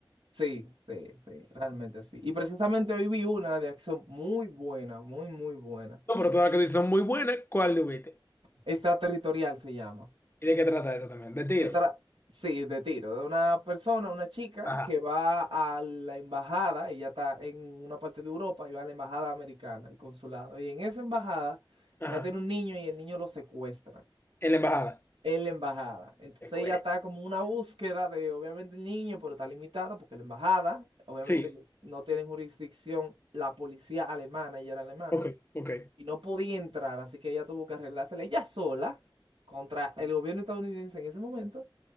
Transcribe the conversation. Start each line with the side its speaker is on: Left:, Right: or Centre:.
Right: Sí, sí, sí, realmente sí. Y precisamente hoy vi una de acción muy buena, muy, muy buena.
Left: No, pero todas las que dices son muy buenas, ¿cuál le viste?
Right: Extraterritorial se llama.
Left: ¿Y de qué trata eso también? De tiro.
Right: Se tra- sí, de tiro, de una persona, una chica
Left: Ajá,
Right: que va a la embajada, ella está en una parte de Europa y va a la embajada americana, el consulado. Y en esa embajada
Left: ajá.
Right: ella tiene un niño y el niño lo secuestran.
Left: En la embajada.
Right: en la embajada. Entonces
Left: Qué güey.
Right: ella está como una búsqueda de, obviamente, el niño, pero está limitada porque la embajada, obviamente,
Left: Sí,
Right: no tiene jurisdicción la policía alemana, ella era alemana,
Left: ok, ok.
Right: y no podía entrar, así que ella tuvo que arreglársela ella sola contra el gobierno estadounidense en ese momento